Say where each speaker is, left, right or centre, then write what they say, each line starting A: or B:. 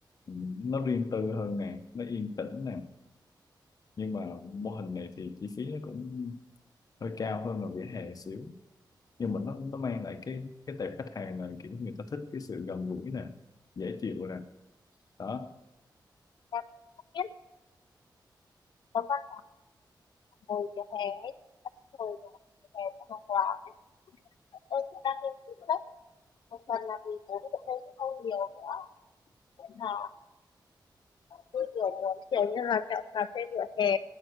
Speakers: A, on the left; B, on the left.
A: ừ, nó riêng tư hơn nè nó yên tĩnh nè nhưng mà mô hình này thì chi phí nó cũng hơi cao hơn là vỉa hè xíu nhưng mà nó nó mang lại cái cái tệp khách hàng là kiểu người ta thích cái sự gần gũi nè dễ chịu nè đó
B: em Không biết có văn ngồi vỉa hè ấy hồi mà em học làm tôi cũng đang nghiên cứu sách một phần là vì vốn của tôi cũng không nhiều nữa nó tôi kiểu muốn kiểu như là chọn cà phê vỉa hè